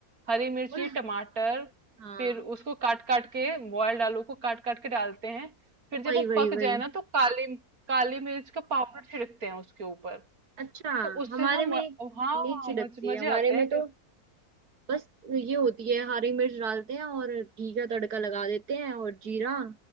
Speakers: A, on the right (about 70°); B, on the right (about 85°).
A: हरी मिर्ची
B: और
A: टमाटर
B: हाँ
A: फिर उसको काट काट के बॉयल्ड आलू को काट काट के डालते हैं फिर जब
B: वही
A: वो
B: वही
A: पक
B: वही
A: जाए ना तो काली काली मिर्च का पाउडर छिड़कते हैं उसके ऊपर
B: अच्छा
A: तो उससे
B: हमारे
A: ना म,
B: में
A: हाँ
B: नहीं छिड़कती
A: मज, मजे
B: है हमारे
A: आते
B: में
A: हैं फिर
B: तो बस ये होती है हरी मिर्च डालते हैं और घी का तड़का लगा देते हैं और जीरा